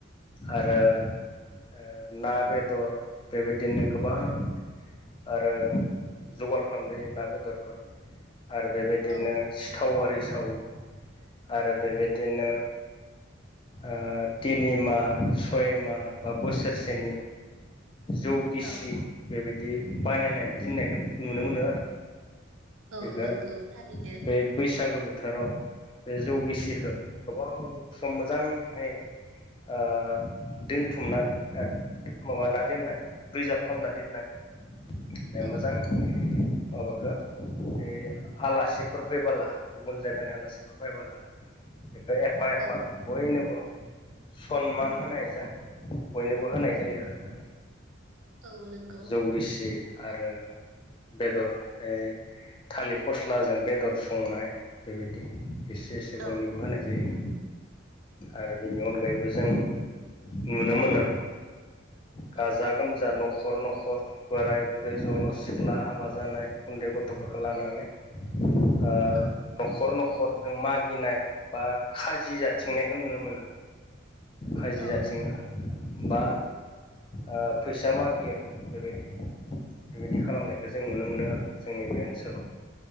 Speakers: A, on the left (about 25°); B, on the right (about 80°).
A: आरो ओ ना बेदर बेबायदिनो गोबां आरो जगार खालाम जायो ना बेदरफोर आरो बेबायदिनो
B: औ
A: सिथाव आरि सावो आरो बेबायदिनो ओ तिनि मा सय माह बा बोसोरसेनि जौ गिसि
B: औ
A: बेबिदि बानायनाय दिननायखौ नुनो मोनो आरो
B: औ
A: बेखोद
B: नंगौ थारैनो
A: बे बैसागो बोथ थोराव बे जौ गिसिखौ गोबाव सम मोजांहाय ओ दोनथुमना <unintelligible> माबाना दोननाय प्रिजार्भ खामना दोननाय बे
B: औ
A: मोजां माबाखो ए आलासिफोर फैबोला गुबुन जायगानि आलासिबो फायबोला बेखौ एफा एफा
B: औ
A: बयनोबो सनमान होनायजों बयनोबो होनाय जायो आरो ना
B: औ नंगौ
A: जौ गिसि आरो बेदर ए थालिर फस्लाजों बेदर संनाय बेबायदि इसे इस जे
B: औ
A: बयनोबो होनाय जायो आरो बिनि अनगायैबो जों नुनो मोनो
B: औ
A: गाजा गोमजा न'खर न'खर बोराय बुरै जल' सिख्ला हाबा जानाय उन्दै गथ'फोरखौ लानानै ओ
B: औ
A: न'खर न'खर जों मागिनाय बा खाजि जाथिंनायखो नुनो मोनो खाजि
B: औ
A: जाथिङो बा आ फैसा मागियो बेबायदि बेबायदि खालामनायखौ जों नुनो मोनो आरो जोंनि बे ओनसोलाव